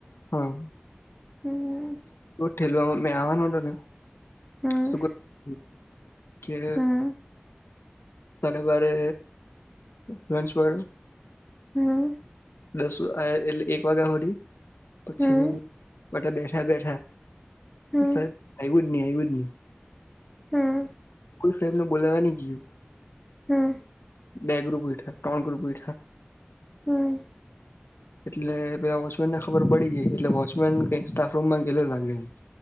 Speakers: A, on the left; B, in the centre.
A: હા,
B: હમ
A: ઠેલ મે આવવાનો ને.
B: હમ
A: શ <unintelligible> કે
B: હમ
A: તલેબરે લચ બ <unintelligible>
B: હમ.
A: દસ એટલે એક વાગ્યા હોડી, પછી
B: હમ
A: માટે બેઠા બેઠા.
B: હમ
A: સાહેબ હાઈવુડ નની હાઈવુડ નની.
B: હમ.
A: કોઈ સાહેબને બોલાવવા નનીઈએ.
B: હા.
A: બે ગ્રુપ એઠા ટોન ગ્રુપ એઠા.
B: હમ.
A: એટલે પેલા વોચમેનને ખબર પડી ગઈ એટલે વોચમેન કઈક સ્ટાફ રૂમ માં ગેલો લાગે એમ.